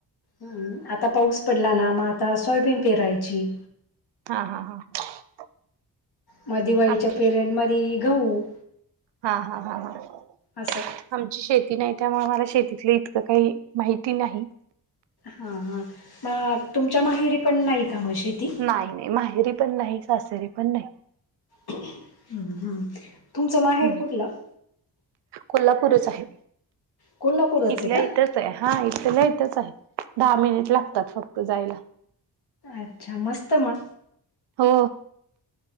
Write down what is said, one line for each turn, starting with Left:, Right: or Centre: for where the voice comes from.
Left: हम्, आता पाऊस पडला ना, मग आता सोयाबीन पेरायची
Right: हा, हा हा
Left: म दिवाळीच्या
Right: आमची
Left: पिरेड मधी गहू
Right: हा, हा, हा
Left: असं
Right: आमची शेती नाही, त्यामुळे मला शेतीतलं इतकं काही माहिती नाही
Left: हा हा,, म तुमच्या माहेरी पण नाही का मग शेती?
Right: नाय, नाय माहेरी पण नाही, सासरी पण नाही
Left: ह् हम्,, तुमचं माहेर
Right: हम्म
Left: कुठलं?
Right: कोल्हापूरच आहे,,
Left: कोल्हापूरच
Right: इथल्या
Left: आहे का
Right: इथं हा इथल्या इथच हाय. दहा मिनिट लागतात फक्त जायला.
Left: अच्छा! मस्त म
Right: हो